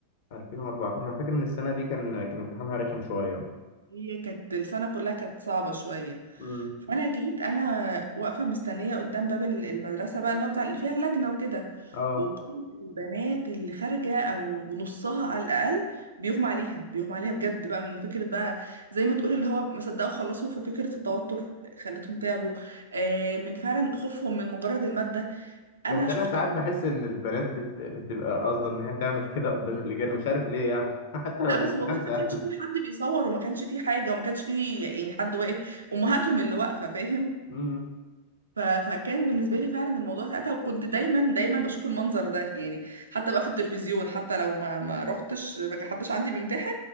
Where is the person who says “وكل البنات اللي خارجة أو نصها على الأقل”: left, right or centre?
Right